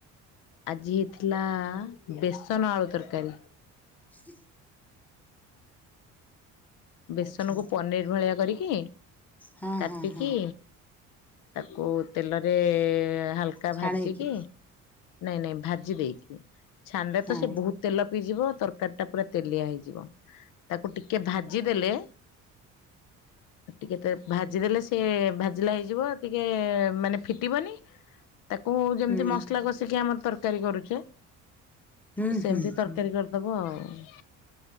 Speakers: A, on the left (about 80°); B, in the centre.
A: ଆଜି ହେଇଥିଲା-ଆ-ଆ ବେସନ ଆଳୁ ତରକାରୀ।
B: ହୁଁ।
A: ବେସନକୁ
B: ଆଚ୍ଛା
A: ପନିର ଭଳିଆ କରିକି
B: ହଁ
A: କାଟିକି
B: ହଁ ହଁ
A: ତାକୁ ତେଲରେ-ଏ-ଏ-ଏ ହାଲକା
B: ଛାଣେଇକି
A: ଭାଜି କି ନାଇଁ ନାଇଁ ଭାଜି ଦେଇକି ଛାଣିଲେ
B: ହଁ
A: ତ ସେ ବହୁତ ତେଲ ପିଇଯିବ। ତରକାରୀ ଟା ପୁରା ତେଲିଆ ହେଇଯିବ ତାକୁ ଟିକେ ଭା ଜିଦେଲେ ଟିକେ ତ ଭାଜିଦେଲେ ସିଏ ଭାଜିଲା ହେଇଯିବ ଟିକେ-ଏ-ଏ ମାନେ ଫିଟିବନି ତାକୁ ଯେମିତି
B: ହୁଁ
A: ମସଲା କଷିକି ଆମର ତରକ୍ କାରୀ କରୁଛେ
B: ହୁଁ
A: ସେମିତି
B: ହୁଁ ହୁଁ।
A: ତରକାରୀ କରିଦବ ଆଉ।